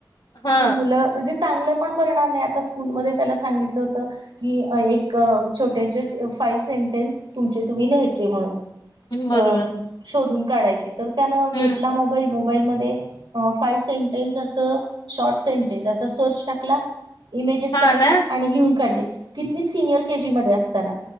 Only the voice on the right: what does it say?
की मुलं म्हणजे. चांगलं पण परिणाम आहे आता स्कूलमध्ये त्याला सांगित. हो की एक छोटे फाइव्ह सेंटेन्स तुम तुम्ही लियचे म्हणून.
अ शोधून काढायची तर त्यानं घेतला
मोबाईल. मोबाईल मध्ये फायु सेंटेनस अस शॉर्ट सेंटेनस अस सर्च टाकला. इमेजेस
काढली
आणि लिहून काढले कितवीच सिनियर केजी मध्ये असताना.